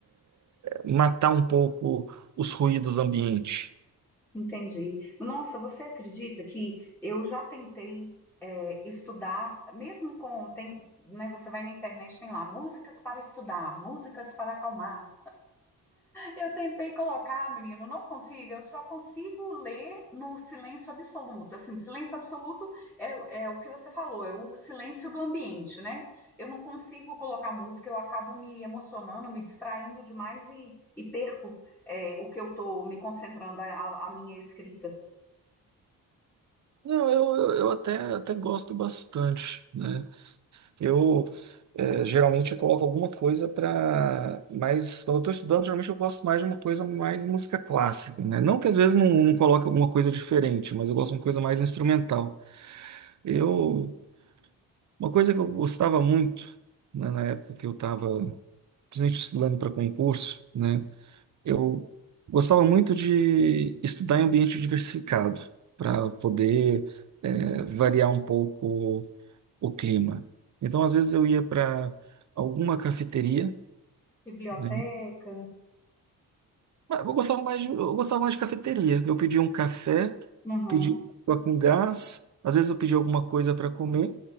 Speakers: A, on the right; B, in the centre.
A: matar um pouco os ruídos ambientes.
B: entendi. Nossa, você acredita que eu já tentei é, estudar, mesmo com, tem, né, você vai na internet, tem lá, músicas para estudar, músicas para acalmar. Eu tentei colocar, menino, não consigo. Eu só consigo ler no silêncio absoluto. Assim, silêncio absoluto é, é o que você falou, é o silêncio do ambiente, né? Eu não consigo colocar música, eu acabo me emocionando, me distraindo demais e, e perco, é, o que eu tô me concentrando, a, a- a minha escrita.
A: Não, eu, eu, eu até, até gosto bastante, né? Eu eh, geralmente eu coloco alguma coisa para mais quando eu estou estudando geralmente eu gosto mais de uma coisa mais música clássica, né? Não que às vezes não, não coloque alguma coisa diferente, mas eu gosto de uma coisa mais instrumental. Eu uma coisa que eu gostava muito né, na época que eu estava principalmente estudando para concurso, né? Eu gostava muito de estudar em ambiente diversificado para poder eh, variar um pouco o clima. Então, às vezes, eu ia para alguma cafeteria,
B: Biblioteca.
A: né? Mas Eu gostava mais de, eu gostava mais de cafeteria. Eu pedia um café,
B: Uhum,
A: pedia água com gás, às vezes eu pedia alguma coisa para comer